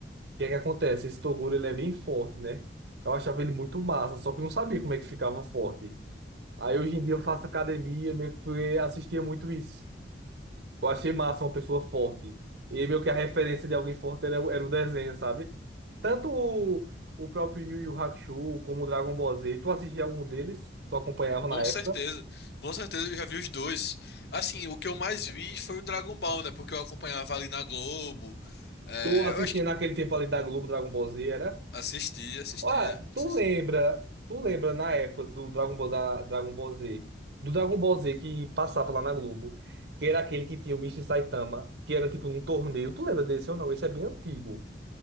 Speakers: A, on the right; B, on the left.
A: que é que acontece? Esse Toguro, ele é bem forte, né? Eu achava ele muito massa, só que eu não sabia como é que ficava forte. Aí hoje em dia eu faço academia, meio que porque assistia muito isso. Eu achei massa uma pessoa forte. E meio que a referência de alguém forte era, o- era o desenho, sabe? Tanto o, o próprio Yu Yu Hakusho como o Dragon Ball Z. Tu assistia algum deles? Tu acompanhava na
B: com
A: época?
B: certeza, com certeza eu já vi os dois. Assim, o que eu mais vi foi o Dragon Ball, né? Porque eu acompanhava ali na Globo. É,
A: Tu assistia
B: eu acho que
A: naquele tempo ali da Globo, Dragon Ball Z, era?
B: assistia, assistia,
A: Ah, tu
B: assistia.
A: lembra, tu lembra na época do Dragon Ball, da, Dragon Ball Z, do Dragon Ball Z que passava lá na Globo, que era aquele que tinha o Mister Saitama, que era tipo um torneio. Tu lembra desse ou não? Esse é bem antigo.